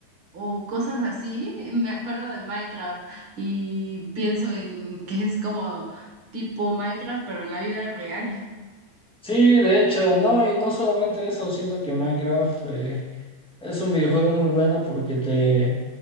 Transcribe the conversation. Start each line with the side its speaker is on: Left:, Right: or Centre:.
Right: o cosas así, me acuerdo de Minecraft y pienso en que es como tipo Minecraft, pero en la vida real.
Centre: Sí, de hecho, no, y no solamente eso, siento que Minecraft eh, es un videojuego muy bueno porque te,